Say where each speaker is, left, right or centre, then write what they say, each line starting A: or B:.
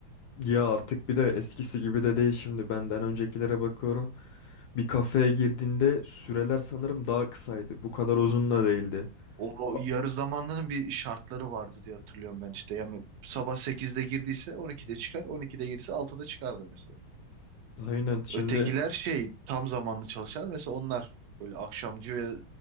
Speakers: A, on the left (about 75°); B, on the right (about 75°).
A: Ya artık bir de eskisi gibi de değil şimdi benden öncekilere bakıyorum. Bir kafeye girdiğinde süreler sanırım daha kısaydı. Bu kadar uzun da değildi.
B: O, o
A: A-
B: yarı zamanlının bir şartları vardı diye hatırlıyorum ben işte. Yani sabah sekizde girdiyse 12'de çıkar, 12'de girdiyse 6'da çıkardı mesela.
A: Aynen şimdi
B: Ötekiler şey tam zamanlı çalışan mesela onlar böyle akşamcı ve